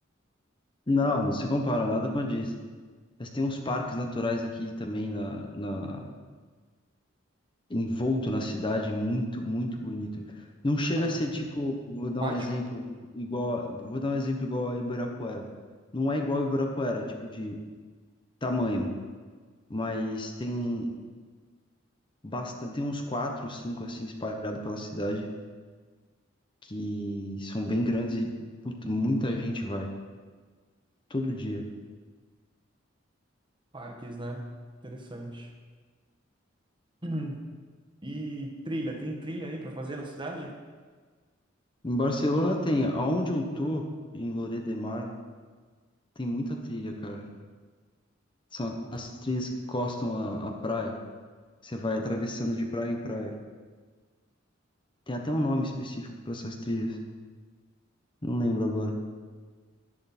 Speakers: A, on the left; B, on the right.
A: Não, não se compara nada com a Disney. Mas tem uns parques naturais aqui também na, na envolto na cidade, muito, muito bonito. Não chega
B: Parque
A: a ser
B: a-
A: tipo, vou
B: aquático.
A: dar um exemplo igual, a- vou dar um exemplo igual a Ibirapuera. Não é igual a Ibirapuera, tipo de tamanho, mas tem bastante, tem uns quatro, cinco assim espalhados pela cidade que são bem grandes e puta, muita gente vai todo dia.
B: Parques, né? Interessante. <clears throat> Hum. E trilha. Tem trilha aí pra fazer na cidade?
A: Em Barcelona tem, aonde eu tô, em Lloret de Mar, tem muita trilha, cara. São as trilhas que costam a, a praia. Você vai atravessando de praia em praia. Tem até um nome específico pra essas trilhas. Não lembro agora.